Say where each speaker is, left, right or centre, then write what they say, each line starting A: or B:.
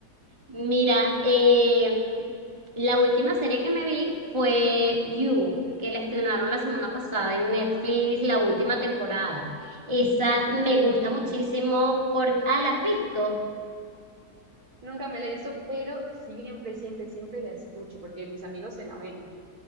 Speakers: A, on the right (about 15°); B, on the right (about 60°).
A: Mira, eh, la última serie que me vi fue You, que la estrenaron la semana pasada en Netflix, la última temporada. Esa me
B: Sí,
A: gusta muchísimo por... Ah, ¿la has visto?
B: nunca me la he visto, pero siempre, siempre, siempre la escucho porque mis amigos se la ven.